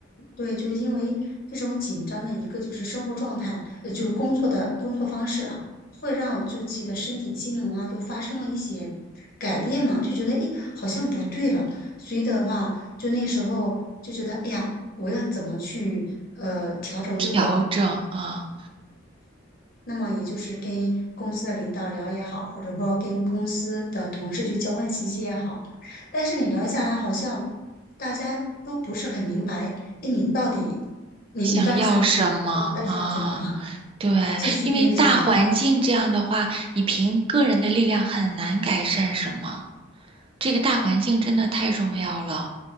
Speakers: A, on the left; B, on the right.
A: 对，就因为这种紧张的一个就是生活状态，呃，就是工作的工作方式啊，会让就自己的身体机能啊，就发生了一些改变嘛，就觉得诶，好像不对了。所以的话，就那时候就觉得，哎呀，我要怎么去呃调整这个
B: 调整啊，
A: 那么也就是跟公司的领导聊也好，或者说跟公司的同事去交换信息也好，但是你聊下来，好像大家都不是很明白，哎，你到底，你你到底想怎样？
B: 想要什么啊？
A: 你到底想怎样啊？<laughs>
B: 对，
A: 这是那种
B: 因为大环境这样的话，你凭个人的力量很难改善什么。这个大环境真的太重要了，